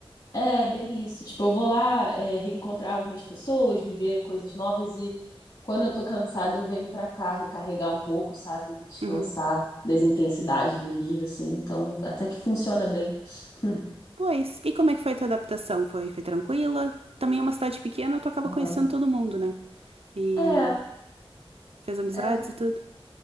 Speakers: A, on the left; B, on the right.
A: É, bem isso. Tipo, eu vou lá, é, reencontrar algumas pessoas, viver coisas novas e quando eu tô cansada eu venho pra cá recarregar um pouco, sabe? Descansar
B: Uhum.
A: das intensidades do Rio, assim. Então até que funciona bem. <laughs>
B: Pois. E como é que foi a tua adaptação? Foi, foi tranquila? Também é uma cidade pequena, tu acaba
A: Aham.
B: conhecendo todo mundo, né? E
A: É,
B: fez amizades
A: é.
B: e tudo.